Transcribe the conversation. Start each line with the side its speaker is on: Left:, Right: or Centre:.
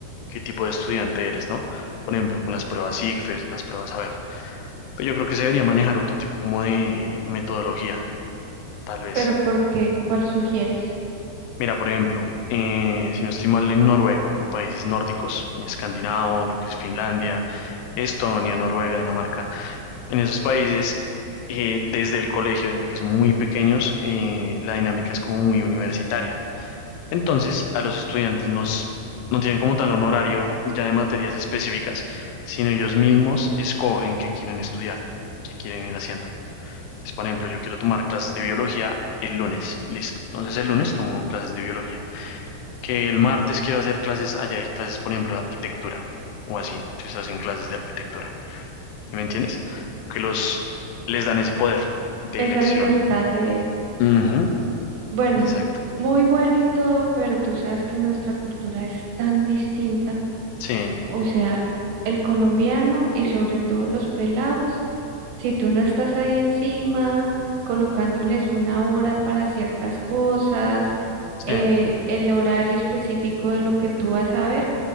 Left: qué tipo de estudiante eres, ¿no? Por ejemplo, con las pruebas ICFES, las pruebas a ver. Pero yo creo que se debería manejar otro tipo como de metodología, tal vez.
Right: Pero ¿por qué? ¿Cuál sugieres?
Left: Mira, por ejemplo, eh, si no estoy mal en Noruega o en países nórdicos, en escandinavos, lo que es Finlandia, Estonia, Noruega, Dinamarca, en esos países, eh, desde el colegio, desde que son muy pequeños, eh, la dinámica es como muy universitaria. Entonces, a los estudiantes nos, no tienen como tal un horario ya de materias específicas, sino ellos mismos escogen qué quieren estudiar, qué quieren ir haciendo. Entonces, por ejemplo, yo quiero tomar clases de biología el lunes, listo. Entonces, el lunes tomo clases de biología. Que el martes quiero hacer clases, allá hay clases, por ejemplo, de arquitectura o así. Entonces, hacen clases de arquitectura. ¿Sí me entiendes? Porque los, les dan ese poder de
Right: Esa
Left: elección.
Right: libertad de,
Left: Ujú,
Right: bueno,
Left: Exacto.
Right: muy bueno y todo, pero tú sabes que nuestra cultura es tan distinta.
Left: Sí,
Right: O sea, el colombiano y sobre todo los pelados, si tú no estás ahí encima, colocándoles una hora para ciertas cosas,
Left: sí,
Right: eh, el horario específico de lo que tú vas a ver